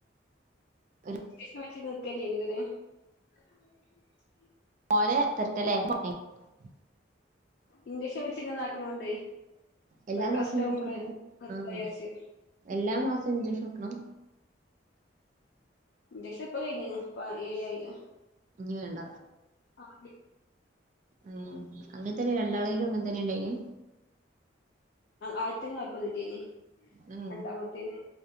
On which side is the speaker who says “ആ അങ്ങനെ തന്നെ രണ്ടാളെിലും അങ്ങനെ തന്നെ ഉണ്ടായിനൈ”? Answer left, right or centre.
Right